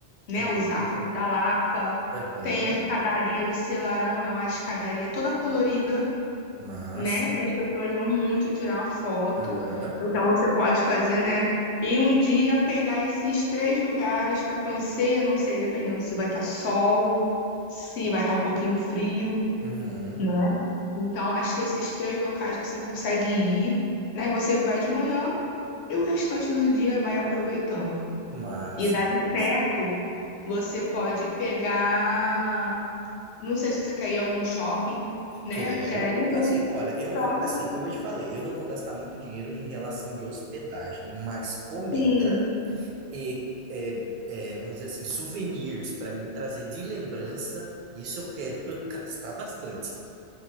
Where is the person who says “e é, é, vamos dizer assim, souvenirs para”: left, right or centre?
Right